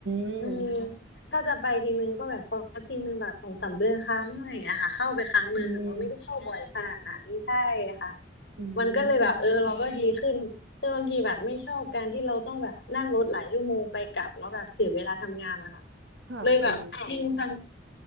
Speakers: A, on the right; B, on the left.
A: ม
B: อือืมมถ้าจะไปทีนึงก็แบบครั้งทีนึงแบบสองสามเดือนครั้งอะไรอย่างเงี้ยค่ะเข้าไปครั้งนึงแต่ว่าไม่ได้เข้าบ่อยขนาดนั้นใช่ค่ะ
A: อืมอื
B: มันก็เลยแบบเออเราก็ดีขึ้นคือบางทีแบบไม่ชอบการที่เราต้องแบบนั่งรถหลายชั่วโมงไปกลับแล้วแบบเสียเวลาทำงานนะคะ
A: มค่ะอ๋อ
B: เลยแบบอืมจัง